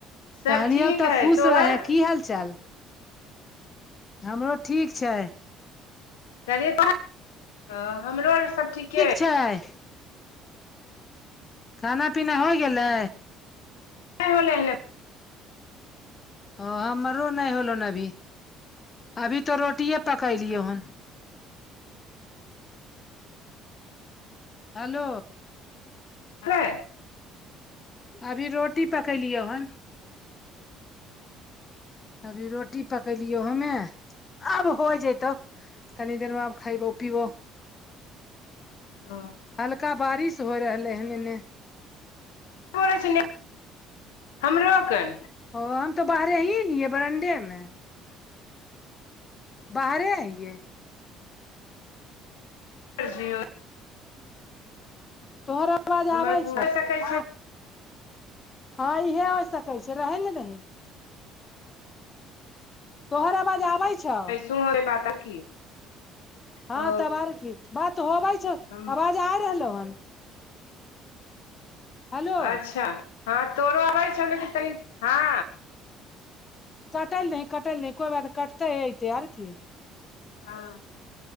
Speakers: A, on the left (about 70°); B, on the left (about 30°).
A: सब
B: कहलियौ
A: ठीक
B: तऽ
A: है
B: खुश
A: तोहर।
B: रहे की हाल चाल। हमरो ठीक छैय।
A: करेबा हं, हमरो आर सब ठीके है।
B: छैय। खाना पीना होइय गेलै।
A: नइ होलै।
B: ह हमरो नइ होलेन अभी, अभी तऽ रोटिए पकेलियै हन। हालो।
A: लेय।
B: अभी रोटी पकेलियै हन। अभी रोटी पकेलियौ हमे, आब होय जेतौ। कनी देर में आब खइबो-पीबो।
A: हँ।
B: हल्का बारिश होइ रहलै हन एने।
A: पड़ै छै एने, हमरो कऽ।
B: ओ हम तऽ बाहरे ही हिये बरनडे में। बाहरे हइये।
A: कुछ नै।
B: तोहर आवाज
A: हमर
B: आबै
A: पूरा
B: छौ।
A: सकै
B: हँ।
A: छै
B: हँ इहे हो सकै छै, रहै ने दही। तोहर आवाज आबै छौ।
A: तोहोरे बाता की।
B: हँ
A: ओ
B: तब आर की, बात होबे छौ,
A: हम
B: आवाज आ रहलों हन। हेलो
A: अच्छा हँ तोरो आबै छौ तनि, हँ।
B: कटैल दऽहि, कटैल दऽहि, कोइ बात कटते-अयतै आर की।
A: हँ,